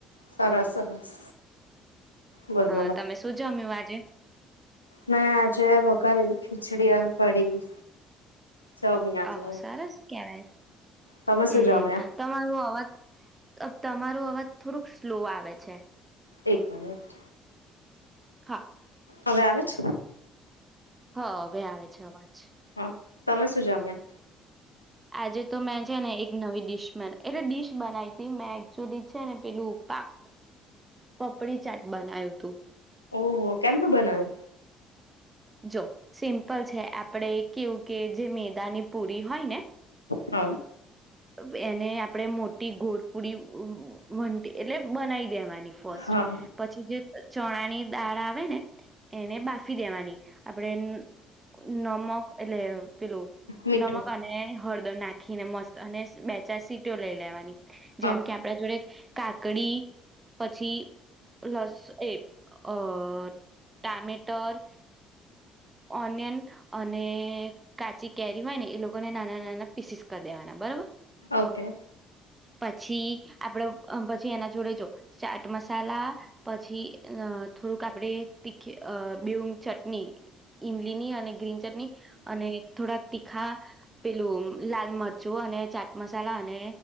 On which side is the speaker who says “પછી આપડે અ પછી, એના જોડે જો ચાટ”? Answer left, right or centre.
Right